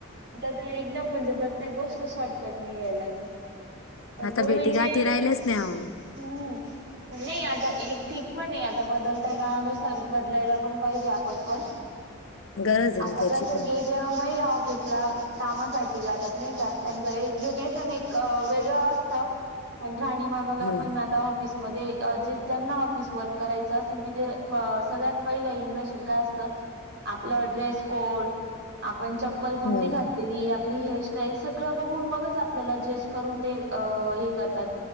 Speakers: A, on the right; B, on the left.
A: ते एकदम म्हणजे प्रत्येक गोष्ट शॉर्टकट निघायला लागली. पण
B: आता
A: पूर्वीचे
B: भेटी गाठी
A: हम्म,
B: राहिल्याच नाही अहो
A: पण नाही आता एक ठीक पण नाही आता बदलता कारण पण बदलायला पण पाहिजे आपण पण,
B: गरज आहे
A: आपण
B: ना त्याची
A: जस
B: पण
A: की ज्या महिला ऑफिसला कामासाठी जातात नाही का त्यांचं एज्युकेशन एक वेगळं असतं. पण राहणीमानला
B: ह ह.
A: पण आता ऑफिसमध्ये जे ज्यांना ऑफिस वर्क करायचं असेल तिथे सगळ्यात इम्प्रेशन काय असतं आपलं ड्रेस कोड, आपण चप पल कोणती
B: हो.
A: घातलेली, आपली हेयर स्ट त्यावेळी सगळं बघून मगच आपल्याला जज करून ते अ, हे करतात